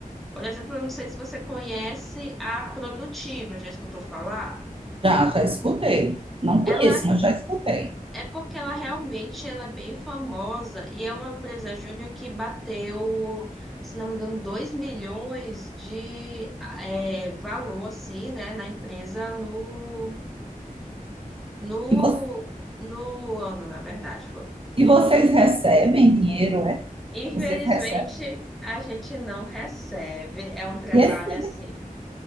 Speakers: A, in the centre; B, on the right.
A: Por exemplo, eu não sei se você conhece a Produtiva, já escutou falar?
B: Já, já escutei. Não
A: Ela
B: conheço, mas já escutei.
A: é porque ela realmente ela é bem famosa e é uma empresa júnior que bateu, se não me engano, 2 milhões de é, valor assim, né, na empresa no, no,
B: E você?
A: no ano, na verdade, foi.
B: E vocês recebem dinheiro, é?
A: Infelizmente,
B: Vocês recebem?
A: a gente não recebe. É um trabalho
B: E esse,
A: assim.